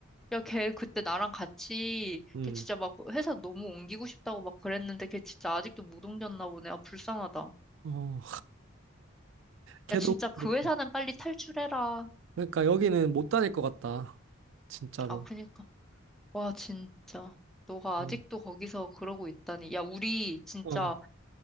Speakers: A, in the centre; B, on the right (about 65°).
A: 야, 걔 그때 나랑 같이,
B: 음,
A: 걔 진짜 막 회사 너무 옮기고 싶다고 막 그랬는데, 걔 진짜 아직도 못 옮겼나 보네. 아, 불쌍하다.
B: 어, 걔도
A: 야, 진짜 그
B: 그렇고.
A: 회사는 빨리 탈출해라.
B: 그니까, 러 여기는 못 다닐 것 같다. 진짜로.
A: 아, 그니까. 와, 진짜. 너가
B: 어,
A: 아직도 거기서 그러고 있다니. 야, 우리 진짜
B: 어.